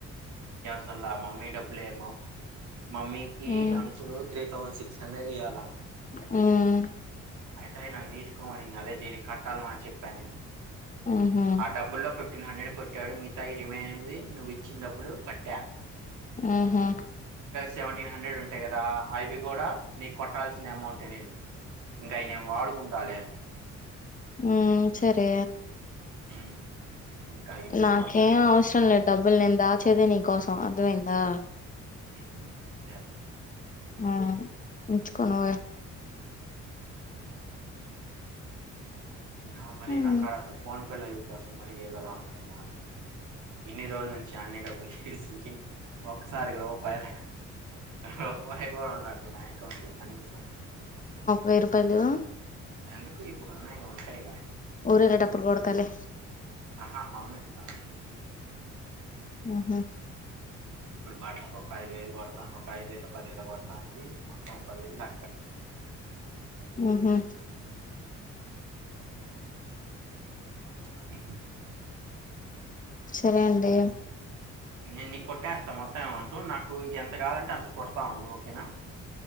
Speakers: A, on the right; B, on the left.
A: తల్ల మమ్మీ డబ్బులేమో మమ్మీకి
B: మ్మ్
A: అంకులు త్రే తవన్సీ సన్నడియ్యాల
B: మ్మ్
A: అయితే అయి నన్ను తీసుకోమనింది అదే దీన్ని కట్టాలమ్మా అని చెప్పాను నేను
B: ఊహూ
A: ఆ డబ్బుల్లో ఫిఫ్ ఫ్టీన్ హండ్రెడ్ కొట్టాడు మిగతాయి రిమైనవి నువ్వు ఇచ్చిన డబ్బులు కట్టా
B: హ్మ్ హు
A: సెవెంటీన్ హండ్రెడ్ ఉంటయి ఆ అవి కూడా నీకు కొట్టాల్సిన అమౌంటే నేను ఇంకా అయి నేను వాడుకుంటాలే
B: హ్మ్ సరే
A: హ్మ్. ఇంక అయి ఉంచుకో
B: నాకేం
A: ఇంక నీ కాడ.
B: అవసరం లేదు డబ్బులు నేను దాచేదే నీకోసం అర్దమైందా
A: హ్మ్ హు
B: హ్మ్ ఉంచుకో నువ్వే
A: హుహు. న మరి
B: మ్మ్
A: నా కాడ అస ఫోన్ పల్ పర్స్ మరి ఎదోలా నాకే ఇన్ని రోజు ను క్యాన్నే డబ్బులు తీస్ ఒకసారి రూపాయి రూపాయి కూడా ఉండ తున్నాయ్ కనీసం
B: వెరుప్ పలు
A: ఎందుకు ఇప్పుడున్నాయి ఉంటాయిగా
B: ఊరేగే డప్పులు కొడతాలే
A: ఆహా మమ్మీస్తాంది అని చెప్పి ఇంగ
B: హ్మ్ హు
A: ఇప్పుడు బట్లకు ఒక ఐదు వేలు కొడా ఒక ఐదు వేలు పది వేలు కొడతాంది పప దిన్నా
B: మ్మ్హూ
A: అగే
B: సరే అం డేం
A: నేను నీకు కొట్టేస్తా మొత్తం ఏమంటూ నాకు ఎంత కావాలంటే అంత కొడతా ఉండు ఓకేనా